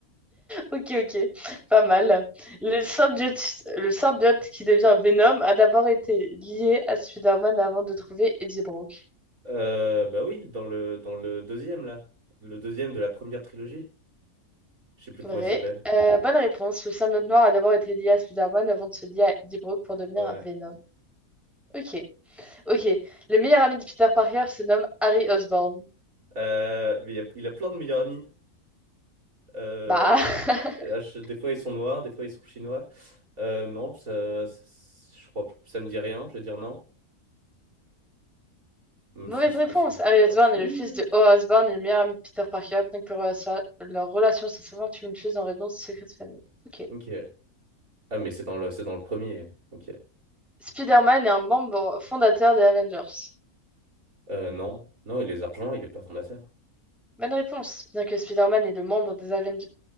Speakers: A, in the centre; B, on the right.
A: Ok, ok, pas mal. Le symbiote, le symbiote qui devient Venom a d'abord été lié à Spider-Man avant de trouver Eddie Brock.
B: Euh, bah oui, dans le dans le deuxième là, le deuxième de la première trilogie. Je sais plus
A: Vrai.
B: comment il s'appelle.
A: Euh, bonne réponse. Le symbiote noir a d'abord été lié à Spider-Man avant de se lier à Eddie Brock pour devenir
B: Ouais.
A: un Venom. Ok, ok. Le meilleur ami de Peter Parker se nomme Harry Osborn.
B: Euh, mais il a, il a plein de meilleurs amis. Euh,
A: Bah, <laughs>
B: là, je- des fois ils sont noirs, des fois ils sont chinois. Euh, non, ça, ça- je crois ça me dit rien. Je vais dire non, même
A: mauvaise
B: si c'est
A: réponse.
B: possible.
A: Harry Osborn
B: Ah, flûte.
A: est le fils de Oa Osborn et le meilleur ami de Peter Parker, bien que leur relation leur relation soit souvent tumultueuse en raison de ce secret de famille. Ok.
B: Ok. Ah mais c'est dans le c'est dans le premier. Ok.
A: Spider-Man est un membre fondateur des Avengers.
B: Euh, non, non, il est argent, il est pas fondateur.
A: Bonne réponse, bien que Spider-Man est le membre des Avengers